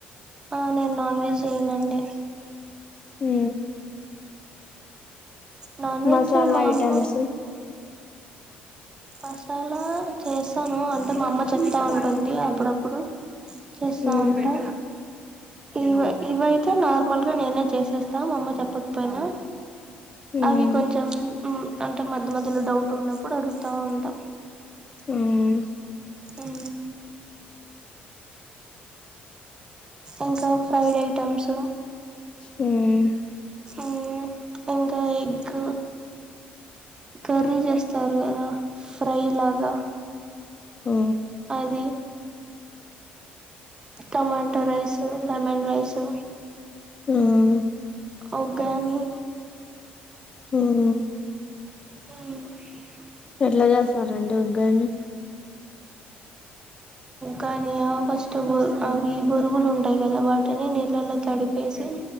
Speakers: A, on the right; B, on the left.
A: ఆ నేను నాన్ వెజ్ చేయనండి
B: హు
A: నాన్ వెజ్
B: మసాలా
A: మా
B: ఐటమ్స్
A: అమ్మ హాస్టల్ల చేస్తాను అంటే మా అమ్మ చెప్తా ఉంటుంది అప్పుడప్పుడు చేస్తా
B: మ్మ్
A: ఉంటా ఇవ ఇవైతే నార్మల్గా నేనే చేసేస్తా మా అమ్మ చెప్పకపోయినా
B: మ్మ్
A: అవి కొంచెం అంటే మధ్య మధ్యలో డౌట్ ఉన్నప్పుడు అడు ఉంటా
B: మ్మ్
A: ఉమ్ ఇంకా ఫ్రైడ్ ఐటమ్స్
B: మ్మ్
A: ఆ ఇంకా ఎగ్ కర్రీ చేస్తారు కదా ఫ్రై లాగా
B: మ్
A: ఎ టమాట రైసు లెమన్ రైసు
B: మ్మ్
A: ఒగ్గాని
B: మ్
A: మ్
B: ఎలా చేస్తారు అండి ఒగ్గాని
A: కానీ ఫస్ట్ బ అవి బొరుగులు ఉంటాయి కదా వాటిని నీళ్ళల్లో తడిపేసి